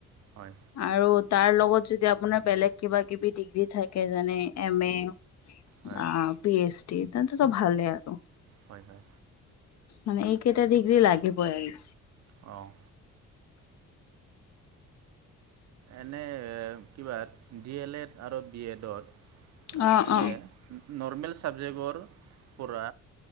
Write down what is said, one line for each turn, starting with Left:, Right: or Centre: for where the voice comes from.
Right: হয়।
Left: আৰু তাৰ লগত যদি আপোনাৰ বেলেগ কিবা কিবি ডিগ্ৰী থাকে যেনে এম এ
Right: হয়
Left: বা পি এইচ ডি এ তেন্তেতো ভালে আৰু।
Right: হয় হয়।
Left: মানে এইকেইটা ডিগ্ৰী লাগিবই আৰু।
Right: অ'। এনে কিবা ডি এল এড আৰু বি এডত
Left: অ',
Right: এনে
Left: অ'।
Right: নৰ্মেল চাবজেক্টৰ পৰা,